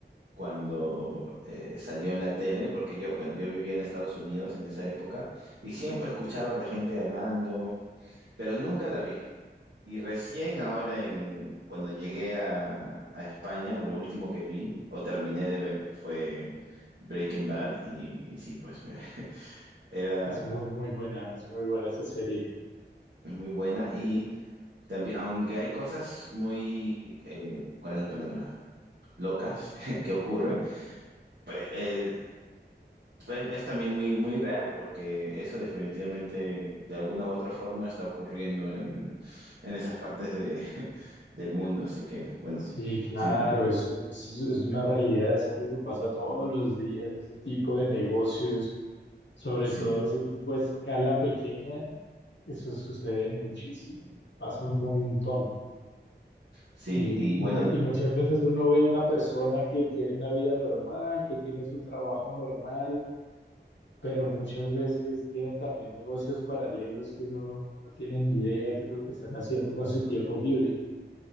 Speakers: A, on the right; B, on the left.
A: cuando eh, salió en la tele, porque yo, bueno, yo vivía en Estados Unidos en esa época y siempre escuchaba a la gente hablando, pero nunca la vi. Y recién ahora, en, cuando llegué a, a España, lo último que vi o terminé de ver fue Breaking Bad y, y sí, pues <laughs> me- era
B: Es muy, muy buena, es muy buena esa serie.
A: es muy buena. Y También, aunque hay cosas muy, eh, ¿cuál es la palabra? Locas <laughs> que, que ocurren, pe- eh, pe- es también muy, muy real porque eso definitivamente de alguna u otra forma está ocurriendo en, en esas partes de, <laughs> del mundo. Así que, bueno,
B: Sí, claro,
A: sí,
B: eso, eso es es una realidad, es algo que pasa todos los días, ese tipo de negocios Sobre
A: sí,
B: todo ese tipo de escala pequeña, eso sucede muchísimo, pasa un montón.
A: sí,
B: Y,
A: y bueno,
B: y-
A: e-
B: y muchas veces uno ve una persona que tiene una vida normal, que tiene su trabajo normal, pero muchas veces tienen también negocios paralelos que uno no no tiene ni idea qué es lo que están haciendo con su tiempo libre.